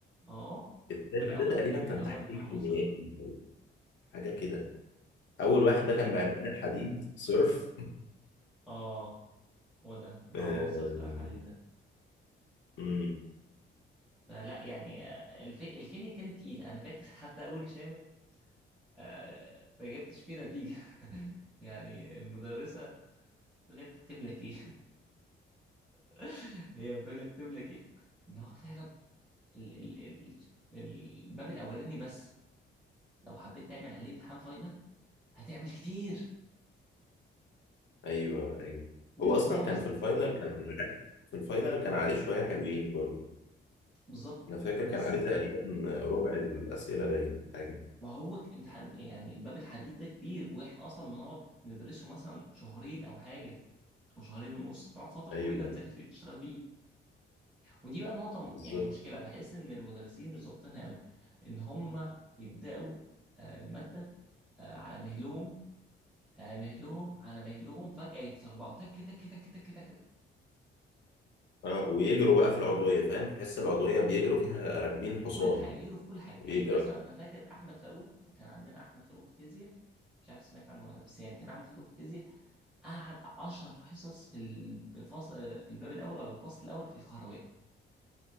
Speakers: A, in the centre; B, on the left.
A: اه
B: التالت
A: والاول
B: ده تقريبا
A: كان
B: كان
A: اللي هو
B: تحليل
A: العناصر
B: كيميائي
A: ده
B: حاجة كده أول
A: اه
B: واحد ده كان بعلقان الحديد صرف
A: اه هو ده العناصر
B: آه،
A: بتاع الحديد ده
B: امم
A: فلا يعني آه، الفك... الكيمياء كانت تقيلة أنا فاكر <laughs> حتى أول شامل آه، ما جبتش فيه نتيجة <laughs> يعني المدرسة بتقول لي يا ابني اكتب لك إيه <laughs> هي بتقول لي اكتب لك إيه إن هو فعلا ال... ال... ال... الباب الأولاني بس لو حبيت تعمل عليه امتحان فاينل هتعمل كتير
B: أيوه أيوه
A: واللي
B: هو أصلا
A: هو
B: كان
A: أصلا
B: في الفاينل كان في الفاينل كان عليه شوية حلوين برضه
A: بالظبط
B: أنا فاكر
A: بس
B: كان عليه تقريبا ربع الأسئلة باينة حاجة
A: ما هو ك- امتحان يعني باب الحديد ده كبير واحنا اصلا بنقعد ندرسه مثلا شهرين او حاجه او شهرين ونص بنقعد فتره
B: أيوه
A: طويله نذاكر فيه نشتغل فيه ودي بقى نقطة
B: بالظبط
A: م- يعني مشكلة بحس إن المدرسين مش ظابطينها قوي إن هم يبدأوا آه، المادة آه، على مهلهم على مهلهم على مهلهم فجأة يتسربعوا تك تك تك تك تك
B: أه ويجروا بقى في العضوية فاهم تحس العضوية بيجروا فيها راكبين حصان
A: كل حاجة يجروا في كل حاجة
B: ويجروا
A: يعني مثلا أنا فاكر أحمد فاروق كان عندنا أحمد فاروق في الفيزياء مش عارف سمعت عنه ولا لأ، بس يعني كان أحمد فاروق في الفيزياء قعد 10 حصص في الفصل في الباب الأول ولا الفصل الأول في الكهرباء